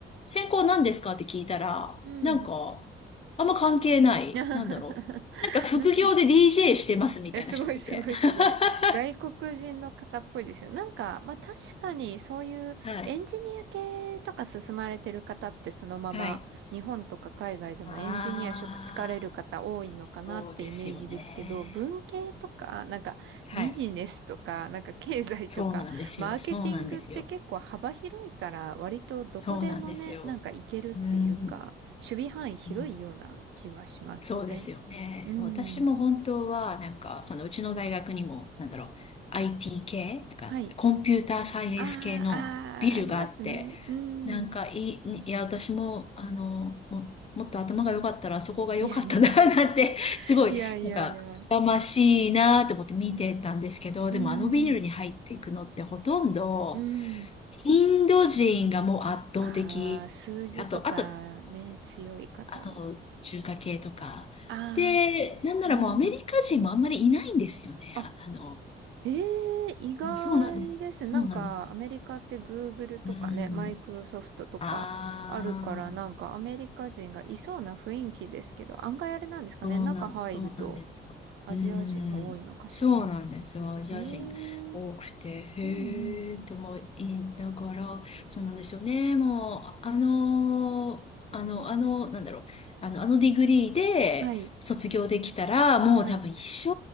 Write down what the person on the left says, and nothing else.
専攻何ですかって聞いたら、
なんか、あんま関係ない、
なんだろう。なんか副業で
DJ してますみたいな人もいて。
<laughs>
はい。はい。ああ、そうですよね。
はい。
そうなんですよ。
そうなんですよ。そうなんですよ。
うん。
うんそうですよね。
私も本当は、なんか、そのうちの大学にも、なんだろう、IT 系、なんか、
コンピューターサイエンス系のビルがあって、
なんかいい、いや、私も、あの、も、もっと頭が良かったら、そこが良かったな、
<laughs> なんて、すごい、
なんか、羨ましいなと思って見てたんですけど、
でもあのビルに入っていくのってほとんど、
インド人がもう圧倒的。
あと、あと、
あと、中華系とか。
で、
なんならもうアメリカ人もあんまりいないんですよね。
あ、あの、
そうなんです。そうなんですよ。
うん。
ああ。
そうなん、
そうなんですよ。
うーん、そうなんですよ。アジア人多くて、
へえと思いながら、
そうなんですよね。もう、あの、あの、あの、なんだろう、あの、あのディグリーで卒業できたら、
もう多分一生